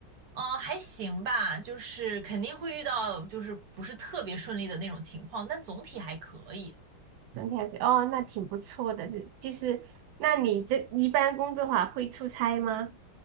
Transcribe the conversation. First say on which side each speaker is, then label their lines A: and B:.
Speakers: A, on the right; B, on the right.
A: 嗯、还行吧，就是肯定会遇到就是不是特别顺利的那种情况，但总体还可以。
B: 顺体还是哦，那挺不错的，就就是那你这一般工作的话会出差吗？